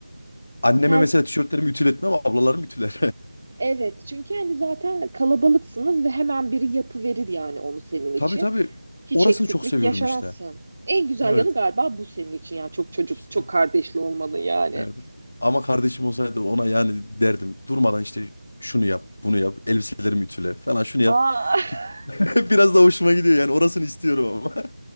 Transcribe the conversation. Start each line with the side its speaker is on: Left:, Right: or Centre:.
Left: Anneme
Right: her
Left: mesela tişörtlerimi ütületmem ama ablalarım ütüler.
Right: Evet, çünkü hani zaten kalabalıksınız ve hemen biri yapıverir yani onu senin
Left: <laughs>
Right: için.
Left: Tabii tabii.
Right: Hiç
Left: Orasını
Right: eksiklik
Left: çok seviyorum
Right: yaşamazsın.
Left: işte.
Right: En güzel
Left: Evet.
Right: yanı galiba bu senin için ya. Çok çocuk,
Left: İşte.
Right: çok kardeşli olmanın yani.
Left: Nerede? Ama kardeşim olsaydı ona yani derdim. Durmadan işte şunu yap, bunu yap, elbiselerimi ütüle falan şunu yap.
Right: Aa, <laughs>
Left: <laughs> Biraz da hoşuma gidiyor yani orasını istiyorum